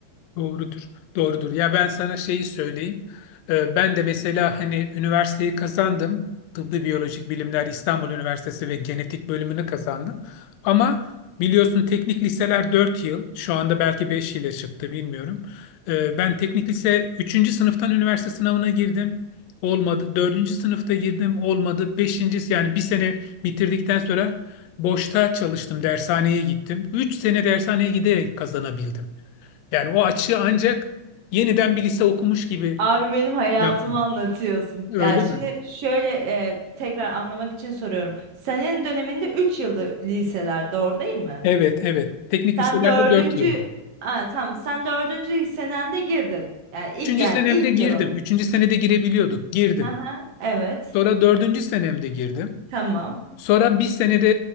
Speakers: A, on the left; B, on the right.
A: Doğrudur. Doğrudur. Ya ben sana şeyi söyleyeyim. Ee, ben de mesela hani üniversiteyi kazandım. Tıbbi Biyolojik Bilimler İstanbul Üniversitesi ve genetik bölümünü kazandım. Ama biliyorsun teknik liseler 4 yıl. Şu anda belki 5 ile çıktı bilmiyorum. Ee, ben teknik lise üçüncü sınıftan üniversite sınavına girdim. Olmadı. Dördüncü sınıfta girdim. Olmadı. 5. yani bir sene bitirdikten sonra boşta çalıştım. Dershaneye gittim. 3 sene dershaneye giderek kazanabildim. Yani o açığı ancak yeniden bir lise okumuş gibi
B: Abi benim hayatımı
A: yaptım.
B: anlatıyorsun.
A: Öyle
B: Yani şimdi
A: mi?
B: şöyle e, tekrar anlamak için soruyorum. Senin döneminde 3 yıldı liseler doğru değil mi?
A: Evet, evet. Teknik
B: Sen
A: liselerde
B: dördüncü
A: 4 yıldı.
B: Aa, tamam sen dördüncü senende girdin. Yani ilk
A: Üçüncü
B: yani
A: senemde
B: ilk
A: girdim.
B: yılın.
A: Üçüncü senede girebiliyorduk. Girdim.
B: Aha, evet
A: Sonra dördüncü senemde girdim.
B: tamam.
A: Sonra bir senede